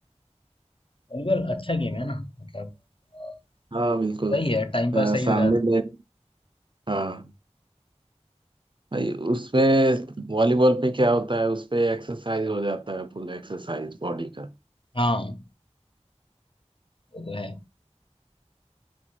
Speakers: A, on the left; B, on the right.
A: वॉलीबॉल अच्छा गेम है ना मतलब अ,
B: हाँ बिल्कुल
A: सही है टाइम
B: अ,
A: पास सही
B: सामने
A: हो जाता है
B: में हाँ भाई उसपे वॉलीबॉल पे क्या होता है उसपे एक्सरसाइज हो जाता है फुल एक्सरसाइज बॉडी का
A: हाँ वो तो है